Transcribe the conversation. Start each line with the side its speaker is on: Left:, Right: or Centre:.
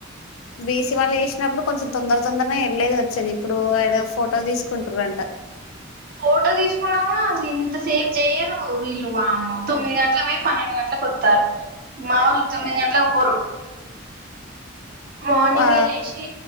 Left: బీసీ వాళ్ళుేసినప్పుడు కొంచెం తొందర తొందరనే వెళ్ళలేదు వచ్చది ఇప్పుడు ఏదో ఫోటో తీసుకుంటుారంట
Right: ఫోటో తీసుకున్నావు కూడా అసలు ఇంత సేవ్ చెయ్యరు వీళ్ళు వాము తొమ్మిది గంటల పో పన్నెండు గంటలకు వస్తారు మాములు తొమ్మిది గంటల ఊరు మార్నింగ్
Left: ఆ
Right: ఏ లేసి